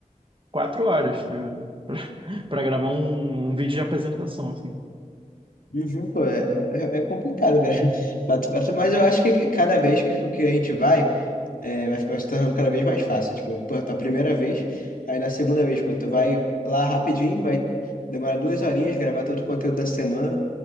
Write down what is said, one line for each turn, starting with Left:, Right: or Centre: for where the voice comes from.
Right: quatro horas, tá ligado? para gravar um, um vídeo de apresentação, assim.
Left: Uhum, pô, é, é, é complicado, cara. <laughs> Pra tu- pra tu- Mas eu acho que cada vez que, tipo, que a gente vai, é, vai ficar se tornando cada vez mais fácil. Tipo, pô, tu- a primeira vez, aí na segunda vez, pô, tu vai lá rapidinho, vai demorar duas horinhas, gravar todo o conteúdo da semana.